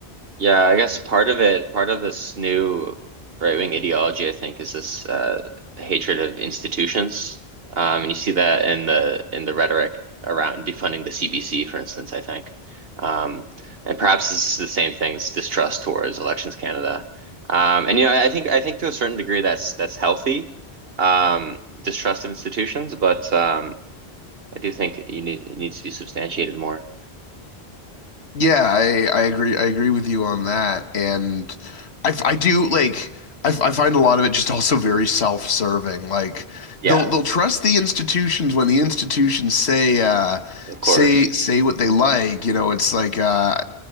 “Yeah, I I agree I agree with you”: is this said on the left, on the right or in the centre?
Left